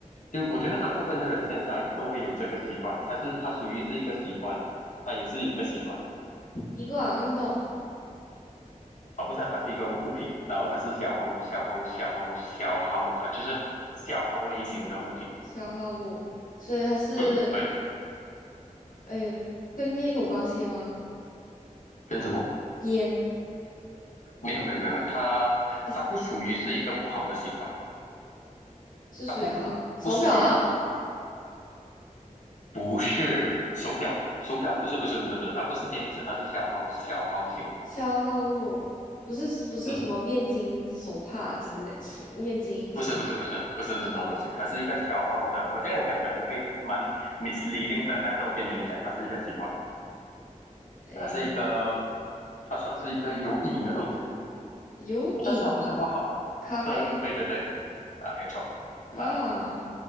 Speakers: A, on the left; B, on the left.
A: 就我觉得大部分的人现在都会有这个习惯，它是它属于是一个习惯，它也是一个习惯
B: 一罐运动
A: 啊，不是啊它是一个物品，然后它是消耗消耗消耗消耗啊，就是消耗类型的物品。
B: 消耗物，所以它是
A: 嗯，对，
B: 呃跟烟有关系吗？
A: 跟什么？
B: 烟，
A: 没有没有没有没有，它它不属于是一个不好的习惯，
B: 它是是属于好手表吗？
A: 它不不属于。不是手表，手表不是不是不是不是，它不是电子，它是消耗消耗型的。
B: 消耗物不是不是什么面巾、
A: 嗯，
B: 手帕之类，是面巾什么？
A: 不是不是不是不是这种东西，它是一个消耗的。我这样讲可能会蛮 misleading 的，但是我可以跟你讲，它是一个习惯，
B: 诶，
A: 它是一个，它算是一个有瘾的东西，
B: 有饮
A: 但是它不是不好的。
B: 咖啡
A: 对对对对，啊，没有错。妈的，
B: 啊，